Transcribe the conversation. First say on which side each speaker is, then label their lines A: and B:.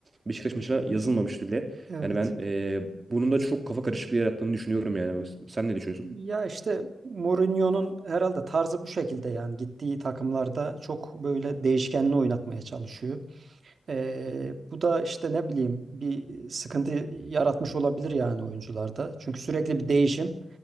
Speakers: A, on the right (about 35°); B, on the right (about 55°).
A: Beşiktaş maçına yazılmamıştı bile.
B: Evet.
A: Yani ben e, bunun da çok kafa karışıklığı yarattığını düşünüyorum yani. Sen ne düşünüyorsun?
B: Ya işte Mourinho'nun herhalde tarzı bu şekilde yani gittiği takımlarda çok böyle değişkenli oynatmaya çalışıyor. Ee, bu da işte ne bileyim bir sıkıntı yaratmış olabilir yani oyuncularda. Çünkü sürekli bir değişim.